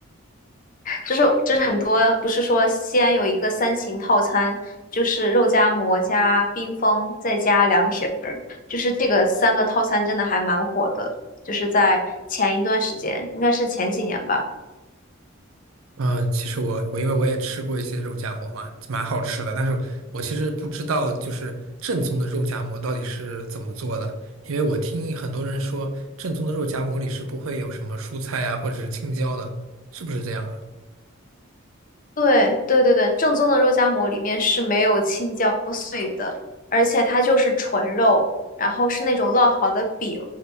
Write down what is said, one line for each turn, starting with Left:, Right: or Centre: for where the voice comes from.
Left: 就是就是很多不是说西安有一个三秦套餐，就是肉夹馍加冰峰再加凉皮。就是这个三个套餐真的还蛮火的，就是在前一段时间，应该是前几年吧，
Right: 啊，其实我我因为我也吃过一些肉夹馍嘛，蛮好吃的，但是我其实不知道就是正宗的肉夹馍到底是怎么做的，因为我听很多人说正宗的肉夹馍里是不会有什么蔬菜啊或者是青椒的，是不是这样啊
Left: 对对对对，正宗的肉夹馍里面是没有青椒碎的，而且它就是纯肉，然后是那种烙好的饼。